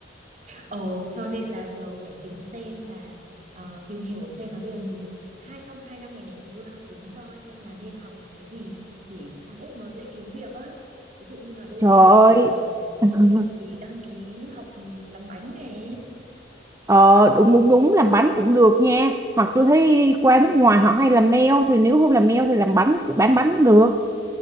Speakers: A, on the right; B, on the right.
A: Ờ cho nên là giờ phải kiếm xem là ờ, tìm hiểu xem là bây giờ mình hai trong hai năm này này thì tôi đang tính coi xem là nên học cái gì để sang Úc nó dễ kiếm việc á. Ví dụ như là bây
B: Trời
A: giờ tôi
B: ơi.
A: chuẩn
B: <laughs>
A: chuẩn bị đăng ký học ừ, làm bánh nè.
B: Ờ đúng đúng đúng làm bánh cũng được nha. Hoặc tôi thấy đi qua nước ngoài họ hay làm nail thì nếu không làm nail thì làm bánh bán bánh cũng được.